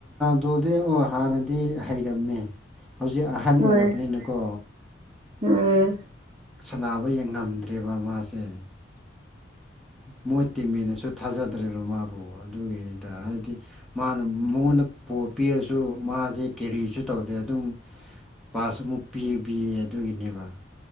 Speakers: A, in the centre; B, on the right.
A: ꯑꯗꯨꯗꯤ ꯑꯣ ꯍꯥꯟꯅꯗꯤ ꯍꯩꯔꯝꯃꯦ ꯍꯧꯖꯤꯛ ꯑꯍꯟ
B: ꯍꯣꯏ
A: ꯑꯣꯏꯔꯄꯅꯤꯅꯀꯣ
B: ꯎꯝ
A: ꯁꯟꯅꯥꯕ ꯌꯦꯡ ꯉꯝꯗ꯭ꯔꯦꯕ ꯃꯥꯁꯦ ꯃꯣꯏ ꯇꯤꯝꯃꯦꯠꯅꯁꯨ ꯊꯥꯖꯗ꯭ꯔꯦꯕ ꯃꯥꯕꯨ
B: <inaudible>
A: ꯑꯗ ꯍꯥꯏꯗꯤ ꯃꯥꯅ ꯃꯉꯣꯟꯗ ꯕꯣꯜ ꯄꯤꯔꯖꯨ ꯃꯥꯖꯦ ꯀꯦꯔꯤꯖꯨ ꯇꯧꯗꯦ ꯑꯗꯨꯝ ꯄꯥꯁ ꯑꯃꯨꯛ ꯄꯤꯕꯤꯌꯦ ꯑꯗꯨꯒꯤꯅꯦꯕ